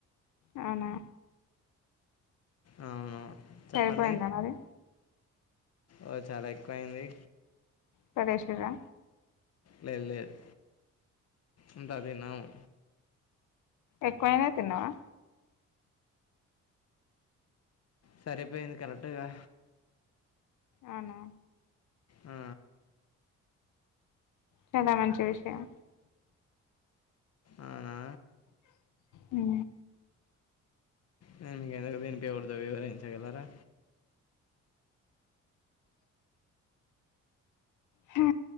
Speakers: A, on the left (about 80°); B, on the left (about 55°).
A: అవునా
B: అవును చెప్పండి
A: సరిపోయిందా మరి
B: ఓ చాలా ఎక్కువయింది
A: సరే శివా
B: లేదు లేదు అంతా తిన్నాము
A: ఎక్కువనే తిన్నావా
B: సరిపోయింది కరెక్ట్ గా
A: అవునా
B: ఆ
A: చాలా మంచి విషయం
B: అవునా
A: హు
B: నేను మీకు ఎందుకు తినిపియకూడదో వివరించగలరా
A: హా